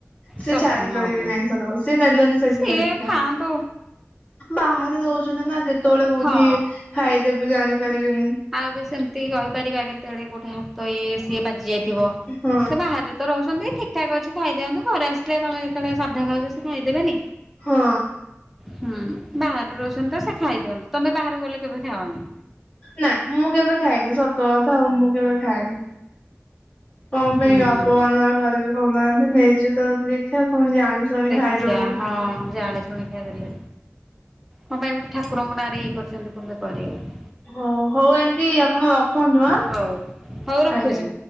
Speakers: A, on the left; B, in the centre.
A: ସେ
B: ସବୁ
A: ଛାରି ପାରିବେ
B: ଓହୋ
A: ନାଇଁ ସ ସେ ନଲେନ ସେଥିପାଇଁ
B: ସିଏ
A: ଦୀକ୍ଷା।
B: ଖାଆନ୍ତୁ
A: ବାହାରେ ରଉଛନ୍ତି ନା କେତେବେଳେ କୋଉଠି
B: ହଁ।
A: ଖାଇଦେବେ। ବି ଜାଣି ପାରିବେନି।
B: ଆଉ ବି ସେମିତି କହିପାରିବା କେତେବେଳେ ଗୋଉଟେ ହାତ ଇ ସିଏ ବାଜି ଯାଇଥିବ
A: ହଁ
B: ସେ ବାହାରେ ତ ରହୁଛନ୍ତି ଠିକ। ଠିକଠକ ଅଛି ଖାଇଦିନ୍ତୁ ଘରେ ଆସିଲେ ତମେ ଯେତେବେଳେ ସାଧା ଖାଉଛ ସେ ଖାଇଦେବେନି।
A: ହଁ।
B: ହୁଁ ବାହାରେ ରହୁଛନ୍ତି ତ ସେ ଖାଇ ଦିଅନ୍ତୁ ତମେ ବାହାରୁକୁ ଗଲେ କେବେ ଖାଅନି।
A: ନାଇଁ ମୁଁ କେବେ ଖାଇଏନି ସତ କଥା ଆଉ ମୁଁ କେବେ ଖାଏନି। କଣ
B: ହୁଁ
A: ପାଇଁ ଅପମାନ
B: ହୁଁ
A: କରିବି କହୁନାହାନ୍ତି ନେଇଛୁ ତ ଦୀକ୍ଷା କଣ ଜାଣି। ଶୁଣି
B: ଦିକ୍ଷା
A: ଖାଇଦବୁ।
B: ହଁ ଜାଣିଛ। ଜଳଖିଆ ଦେଲେ କଣ ପାଇଁ ଗୋଟେ ଠାକୁରଙ୍କ ନାଁରେ ଇଏ କରିଛନ୍ତି କେ କରିଏ।
A: ହଉ ହଉ ଆପଣ ରଖନ୍ତୁ ଆ
B: ହଉ ହଉ ରଖୁଛି।
A: ଆଜ୍ଞା।